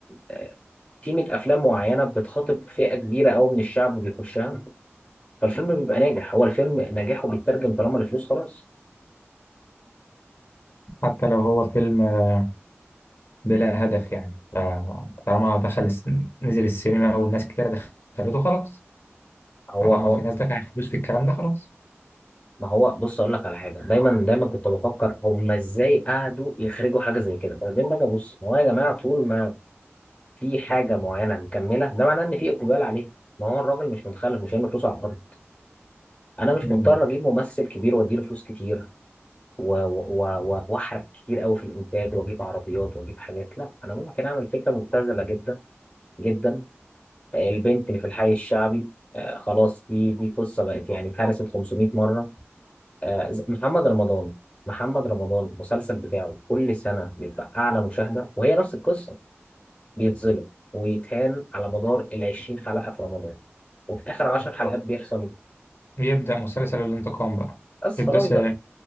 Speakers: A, on the left; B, on the left.
A: آه، في 100 افلام معينه بتخاطب فئه كبيره قوي من الشعب بيخشها فالفيلم بيبقى ناجح هو الفيلم نجاحه بيترجم طالما الفلوس خلاص
B: حتى لو هو فيلم آه، بلا هدف يعني فطالما دخل الس- نزل السينما والناس كتير دخلته خلاص
A: هو
B: طالما
A: هو
B: في ناس دفعت فلوس في الكلام ده خلاص
A: ما هو بص اقول لك على حاجه دايما دايما كنت بفكر هم ازاي قعدوا يخرجوا حاجه زي كده فبعدين باجي ابص ما هو يا جماعه طول ما في حاجه معينه مكمله ده معناه ان في اقبال عليها ما هو الراجل مش متخلف مش هيعمل فلوس على الأرض انا مش
B: مم.
A: مضطر اجيب ممثل كبير واديله فلوس كتير و- و- و- واحرق كتير قوي في الانتاج واجيب عربيات واجيب حاجات لا انا ممكن اعمل فكره مبتذله جدا جدا آه، البنت اللي في الحي الشعبي آه، خلاص دي دي قصه بقت يعني اتهرست 500 مره آه، ز- محمد رمضان محمد رمضان المسلسل بتاعه كل سنه بيبقى اعلى مشاهده وهي نفس القصه بيتظلم ويتهان على مدار ال 20 حلقه في رمضان وفي اخر 10 حلقات بيحصل ايه
B: يبدأ مسلسل الانتقام بقى
A: بس
B: يبدأ
A: خلاص
B: س-
A: بقى